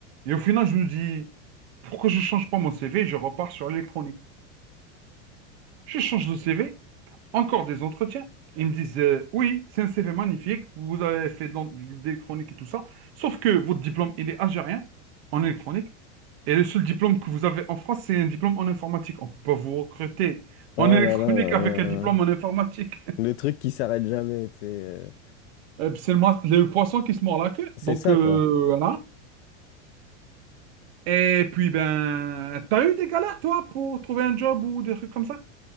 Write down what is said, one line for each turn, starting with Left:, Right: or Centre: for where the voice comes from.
Right: Et au final, je me dis, pourquoi je change pas mon CV, je repars sur l'électronique. Je change de CV, encore des entretiens. Ils me disent euh, oui, c'est un CV magnifique, vous avez fait de l'en- de l'électronique et tout ça, sauf que votre diplôme, il est algérien en électronique, et le seul diplôme que vous avez en France, c'est un diplôme en informatique. On ne peut pas vous recruter
Left: Oh
Right: en électronique
Left: là là là
Right: avec
Left: là là
Right: un diplôme
Left: là.
Right: en informatique.
Left: Le truc qui s'arrête jamais, tu sais, euh,
Right: Euh, puis c'est le, ma- le poisson qui se mord la queue,
Left: C'est
Right: donc
Left: ça,
Right: euh,
Left: quoi.
Right: voilà. Et puis, ben, t'as eu des galères, toi, pour trouver un job ou des trucs comme ça?